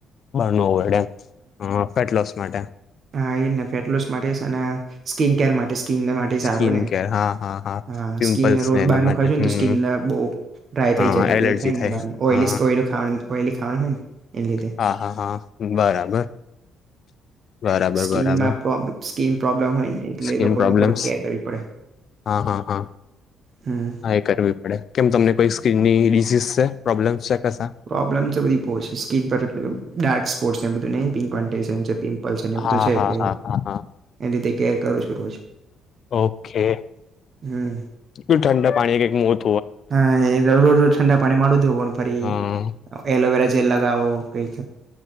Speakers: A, on the left; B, on the right.
A: બહારનું એવોઇડ એમ ફેટલોસ માટે.
B: હા એ ને ફેટ લોસ માટે અને સ્કીન કેર માટે સ્કીન
A: સ્કીન
B: સારું ને
A: કેર હા હા
B: હા
A: પિમ્પલ્સ
B: સ્કીિન રોજ
A: ને એના
B: બાર નુ
A: માટે
B: ખઉ છો ને
A: હમ
B: તો સ્કીિન બ ડ્રાય થઈ
A: હા
B: જ
A: એલર્જી
B: એ બધું થાય ને બ ઓલીસ
A: હા
B: ઓઈલી ખાવાનું હોય ને એ લીધે.
A: હા હા હા. બરાબર. બરાબર
B: સ્કિનમા
A: બરાબર
B: પ્રોબ સ્કીન પ્રોબ્લેમ હોય ને એટલે
A: સ્કીન
B: લોકોને
A: પ્રોબ્લેમ્સ
B: થોડુંક કેર કરવી પડે.
A: હા હા હા.
B: હમ્મ
A: હા એ કરવી પડે કેમ તમને કોઈ સ્કીન ની ડિસીઝ છે પ્રોબ્લેમ છે કસા.
B: પ્રોબ્લેમ તો બધી બુ છે સ્કકીન પર ડાર્ક સ્પોટ એ બધું નહી પંક પલ્સર
A: હા
B: બધું છે
A: હા
B: એટલે
A: હા હા હા
B: એ લીધે કેર કરું છું રોજ.
A: ઓકે
B: હમ
A: બ ઠંડા પાણી કે એક મોત
B: હ એ ર રડ ઠંડા પાણી મળદ હ પણ પરી.
A: હા
B: એલોવેરા જેલ લગાવો કઈક